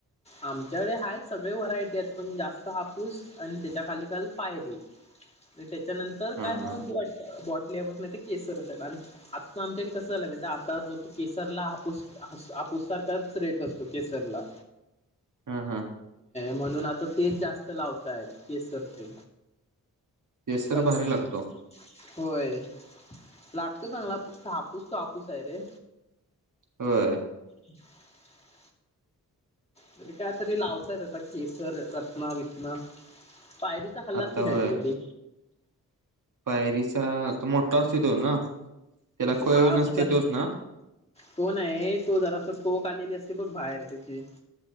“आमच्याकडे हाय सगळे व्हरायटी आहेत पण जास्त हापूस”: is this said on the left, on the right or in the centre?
Left